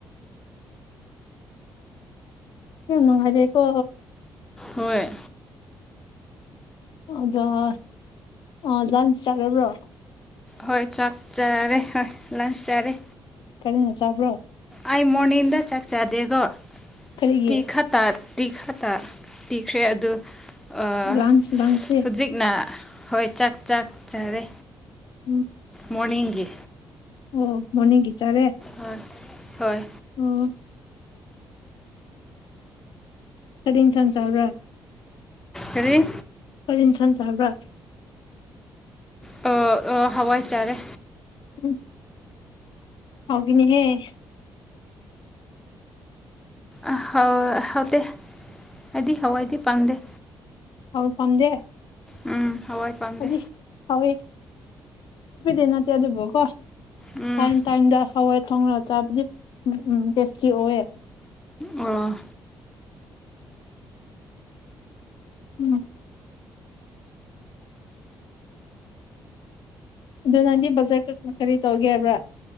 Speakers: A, on the left; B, in the centre.
A: ꯌꯥꯝ ꯅꯨꯡꯉꯥꯏꯔꯦꯀꯣ
B: ꯍꯣꯏ
A: ꯑꯗ‌ꯣ ꯑꯥ ꯗꯥꯟꯁ ꯆꯠꯂꯕ꯭ꯔꯣ
B: ꯍꯣꯏ ꯆꯥꯛ ꯆꯥꯔꯦ ꯍꯣꯏ ꯂꯟꯁ ꯆꯥꯔꯦ
A: ꯀꯔꯤꯅꯥ ꯆꯥꯕ꯭ꯔꯣ
B: ꯑꯩ ꯃꯣꯔꯅꯤꯡꯗ ꯆꯥꯛꯆꯥꯗꯦꯒꯣ
A: ꯀꯔꯤꯒꯤ
B: ꯇꯤ ꯈꯇꯥ ꯇꯤ ꯈꯇꯥ ꯄꯤꯈ꯭ꯔꯦ ꯑꯗꯨ ꯑꯥ
A: ꯂꯟꯁ ꯂꯟꯁꯇꯤ
B: ꯍꯨꯖꯤꯛꯅ ꯍꯣꯏ ꯆꯥꯛ ꯆꯥꯛ ꯆꯔꯦ
A: ꯎꯝ
B: ꯃꯣꯔꯅꯤꯡꯒꯤ
A: ꯑꯣ ꯃ‌ꯣꯔꯅꯤꯡꯒꯤ ꯆꯥꯔꯦ
B: ꯑꯥ ꯍꯣꯏ
A: ꯎꯝ ꯀꯔꯤ ꯏꯟꯁꯥꯡ ꯆꯥꯕ꯭ꯔ
B: ꯀꯔꯤ
A: ꯃꯔꯤꯟ ꯁꯟ ꯆꯥꯕ꯭ꯔꯥ
B: ꯑꯣ ꯑꯣ ꯍꯋꯥꯏ ꯆꯥꯔꯦ
A: ꯎꯝ ꯍꯥꯎꯒꯅꯤꯍꯦ
B: ꯑ ꯍꯥꯎ ꯍꯥꯎꯇꯦ ꯍꯥꯏꯗꯤ ꯍꯋꯥꯏꯗꯤ ꯄꯥꯝꯗꯦ
A: ꯊꯥꯎ ꯄꯥꯝꯗꯦ
B: ꯎꯝ ꯍꯋꯥꯏ ꯄꯥꯝꯗꯦ
A: ꯍꯥꯏꯗꯤ ꯍꯋꯦ ꯈ‌ꯣꯏꯗꯤ ꯅꯠꯇꯦ ꯑꯗꯨꯕꯨꯀꯣ
B: ꯎꯝ
A: ꯇꯥꯏꯝ ꯇꯥꯏꯝꯗ ꯍꯋꯥꯏ ꯊꯣꯡꯔ ꯆꯥꯕꯗꯤ ꯎꯝ ꯎꯝ ꯇꯦꯁꯇꯤ ꯑꯣꯑꯦ
B: ꯑꯣ
A: ꯎꯝ ꯑꯗꯨ ꯅꯪꯗꯤ ꯕꯖꯔ ꯀ ꯀꯔꯤ ꯇꯧꯒꯦ ꯍꯥꯏꯕ꯭ꯔꯥ